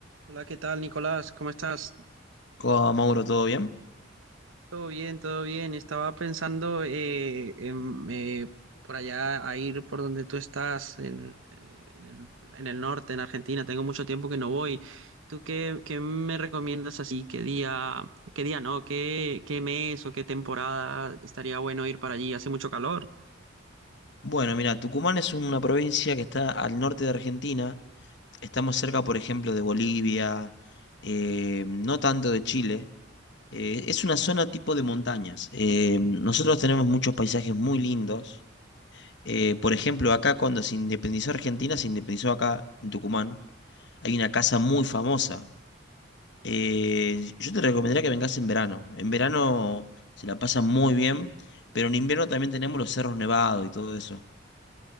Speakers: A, on the right; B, on the left.
A: Hola, ¿qué tal, Nicolás? ¿Cómo estás?
B: ¿Cómo va, Mauro? ¿Todo bien?
A: Todo bien, todo bien. Estaba pensando eh, en, eh, por allá a ir por donde tú estás, en, eh, en el, en el norte, en Argentina. Tengo mucho tiempo que no voy. ¿Tú qué, qué me recomiendas así? ¿Qué día, qué día no? ¿Qué, qué mes o qué temporada estaría bueno ir para allí? Hace mucho calor.
B: Bueno, mira, Tucumán es una provincia que está al norte de Argentina. Estamos cerca, por ejemplo, de Bolivia, eh, no tanto de Chile. Eh, es una zona tipo de montañas. Eh, nosotros tenemos muchos paisajes muy lindos. Eh, por ejemplo, acá cuando se independizó Argentina, se independizó acá en Tucumán. Hay una casa muy famosa. Eh, yo te recomendaría que vengas en verano. En verano se la pasa muy bien, pero en invierno también tenemos los cerros nevados y todo eso.